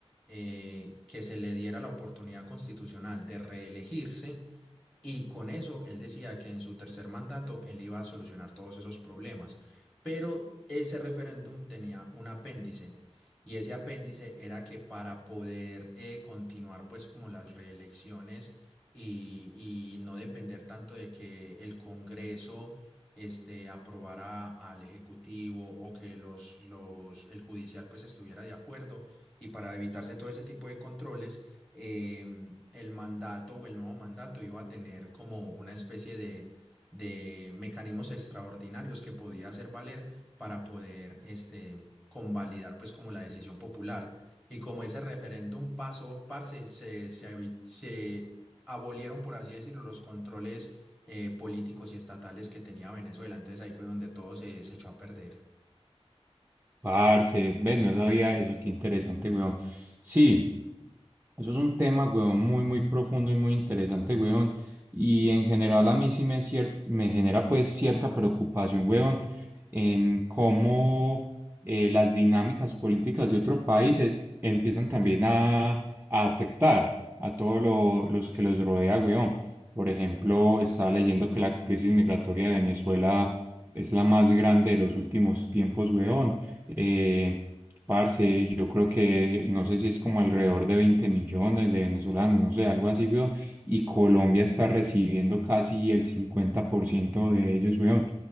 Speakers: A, in the centre; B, on the right.
A: eh, que se le diera la oportunidad constitucional de reelegirse y con eso él decía que en su tercer mandato él iba a solucionar todos esos problemas, pero ese referéndum tenía un apéndice y ese apéndice era que para poder eh, continuar pues como las reelecciones y, y no depender tanto de que el Congreso este, aprobara al Ejecutivo o que los, los, el judicial pues estuviera de acuerdo y para evitarse todo ese tipo de controles eh, el mandato o el nuevo mandato iba a tener como una especie de, de mecanismos extraordinarios que podía hacer valer para poder este, convalidar pues como la decisión popular. Y como ese referéndum pasó, parce, se, se, evi- se abolieron, por así decirlo, los controles eh, políticos y estatales que tenía Venezuela. Entonces ahí fue donde todo se, se echó a perder.
B: Parce, ve, no sabía eso, qué interesante, weón. Sí. Eso es un tema, weón, muy, muy profundo y muy interesante, weón. Y en general a mí sí me, cier- me genera pues cierta preocupación, weón, en cómo eh, las dinámicas políticas de otros países empiezan también a, a afectar a todos lo- los que los rodea, weón. Por ejemplo, estaba leyendo que la crisis migratoria de Venezuela es la más grande de los últimos tiempos, weón. Eh, Parce, yo creo que no sé si es como alrededor de 20 millones de venezolanos, no sé, algo así, weón. Y Colombia está recibiendo casi el 50% de ellos, weón.